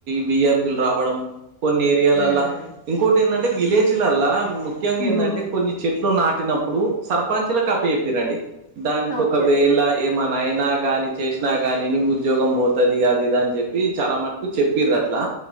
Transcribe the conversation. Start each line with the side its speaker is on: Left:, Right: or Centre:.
Right: వి ఐ పిలు రావడం కొన్ని ఏరియాలల్ల
Left: హ్మ్.
Right: ఇంకోటి ఏందంటే విలేజ్లల్లా ముఖ్యంగా
Left: హ్మ్.
Right: ఏందంటే కొన్ని చెట్లు నాటినప్పుడు సర్పంచలక పి పిరండి దానికి
Left: ఓకే.
Right: ఒకవేళ మన అయినా గానీ చేష్నా గాని నీ ఉద్యోగం బోతది అదిదని జెప్పి చాలా మటుకు చెప్పిరట్లా